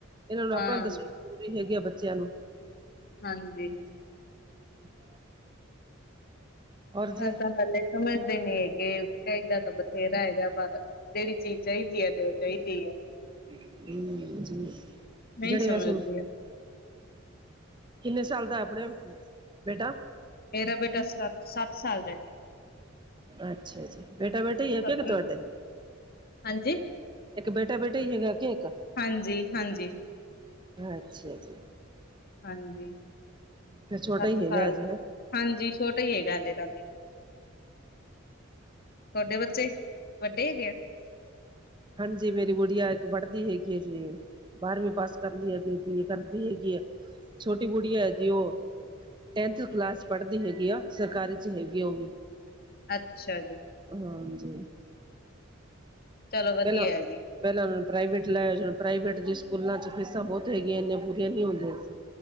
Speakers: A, on the right; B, on the left.
A: ਏਨਾਂ ਨੂੰ
B: ਹਾਂ
A: ਅਪਣਾ ਦੱਸ <inaudible> ਜ਼ਰੂਰੀ ਹੇਗੀ ਆ ਬੱਚੇਆਂ ਨੂੰ।
B: ਹਾਂਜੀ।
A: <unintelligible> ਔਰ ਜੀ
B: ਏ ਤਾਂ ਹੱਲੇ ਸਮਝਦੇ ਨੀ ਹੇਗੇ, ਕਈਦਾ ਤਾ ਬਥੇਰਾ ਹੈਗਾ ਪਰ, ਜੇੜੀ ਚੀਜ ਚਾਈਦੀ ਐ ਤੇ ਓ ਚਾਈਦੀ ਐ,
A: ਹਮ ਜੀ
B: ਨਈ
A: ਜਿਹੜੇ
B: ਸਮਜਦੇ।
A: ਵੈਸੇ
B: <inaudible>
A: ਕਿੰਨੇ ਸਾਲ ਦਾ ਐ ਅਪਣਾ, ਬੇਟਾ?
B: ਮੇਰਾ ਬੇਟਾ ਸੱਤ, ਸਾੱਤ ਸਾਲ ਦਾ ਏ ਜੀ।
A: ਅੱਛਾ ਜੀ, ਬੇਟਾ-ਬੇਟੀ ਏਕ
B: ਸੱਤ
A: ਏਕ ਤੁਆਡੇ?
B: ਹਾਂਜੀ
A: ਇੱਕ ਬੇਟਾ-ਬੇਟਾ ਈ ਹੇਗਾ ਕੇ ਇੱਕ?
B: ਹਾਂਜੀ ਹਾਂਜੀ
A: ਅੱਛਾ ਜੀ,
B: ਹਾਂਜੀ
A: <unintelligible> ਫੇਰ ਛੋਟਾ
B: ਸੱਤ
A: ਈ ਹੇਗਾ
B: ਸਾਲ
A: ਅਜੇ ਹੇਂ।
B: ਹਾਂਜੀ, ਛੋਟਾ ਈ ਹੇਗਾ ਹੱਲੇ ਤਾਂ। ਤੋਡੇ ਬੱਚੇ, ਵੱਡੇ ਹੇਗੇ ਆ?
A: ਹਾਂਜੀ, ਮੇਰੀ ਗੂੜੀਆ ਇੱਕ ਪੜਦੀ ਹੇਗੀ ਏ ਜੀ। ਬਾਰਵੀਂ ਪਾਸ ਕਰ ਲੀ ਅਗੇ ਬੀ ਏ ਕਰਦੀ ਹੇਗੀ ਏ, ਛੋਟੀ ਗੁੜੀਆ ਏ ਜੀ ਓ ਟੈਂਥ ਕਲਾਸ ਪੜ੍ਹਦੀ ਹੈਗੀ ਆ ਸਰਕਾਰੀ ਚ ਹੈਗੀ ਉਹ ਵੀ
B: ਅੱਛਾ ਜੀ
A: ਹਾਂਜੀ
B: ਚਲੋ ਵਧੀਆ
A: ਪਹਿਲਾਂ
B: ਏ ਜੀ
A: ਪਹਿਲਾਂ ਉਹ ਪ੍ਰਵੇਟ ਲਾਇਆ ਸੀ ਪ੍ਰਾਈਵੇਟ ਜ ਸਕੂਲਾਂ ਚ ਫੀਸਾਂ ਬਹੁਤ ਹੈਗੀਆਂ ਇੰਨੀਆਂ ਪੂਰੀਆਂ ਨਹੀਂ ਹੁੰਦੀਆਂ ਸੀ।